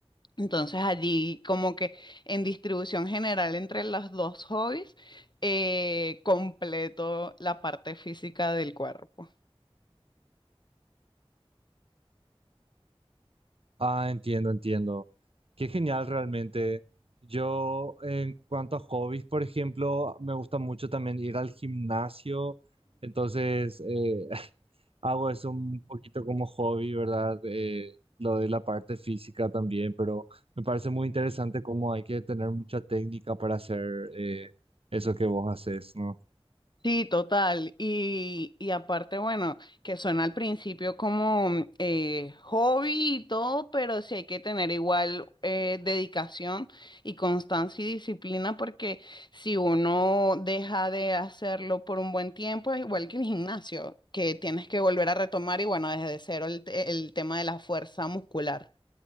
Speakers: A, on the left; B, on the right.
A: Entonces allí como que en distribución general entre los dos hobbies, eh, completo la parte física del cuerpo.
B: Ah, entiendo, entiendo. Qué genial realmente. Yo, en cuanto a hobbies, por ejemplo, me gusta mucho también ir al gimnasio. Entonces, eh, <laughs> hago eso un poquito como hobby, ¿verdad? Eh, lo de la parte física también, pero me parece muy interesante cómo hay que tener mucha técnica para hacer eh, eso que vos haces, ¿no?
A: Sí, total. Y, y aparte, bueno, que suena al principio como mm, eh, hobby y todo, pero sí hay que tener igual eh, dedicación y constancia y disciplina, porque si uno deja de hacerlo por un buen tiempo, es igual que el gimnasio, que tienes que volver a retomar y bueno, desde cero el, te- el tema de la fuerza muscular